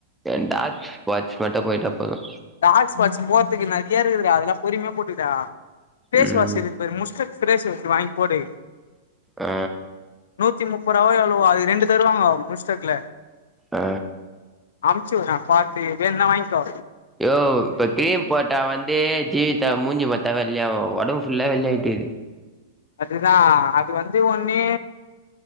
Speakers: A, in the centre; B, on the left (about 80°).
A: ஏன்டா வாட்ச மட்ட போயிட்டா போது
B: டார்க் ஸ்பாட்ஸ் போறதுக்கு நெறையா இருக்குதுடா அதெல்லா பொறுமையா போட்டுட்டா பேஸ்
A: ம்
B: வாஷ் முஸ்டக் ஃபிரேஸ் வாங்கி போடு
A: ஆ
B: நூத்தி முப்ப ரூவா எவ்ளோ அது ரெண்டு தருவாங்க முஸ்டக்ல
A: அ
B: அம்ச்சு வுடுறே பாத்து வேனுனா வாங்க்கோ
A: யோ இப்ப கிரீம் போட்டா வந்து ஜீவிதா மூஞ்சி பாத்தா வெள்ளையாவு ஒடம்பு ஃபுல்லா வெள்ளையா ட்டு
B: அதுதா அது வந்து ஒண்ணு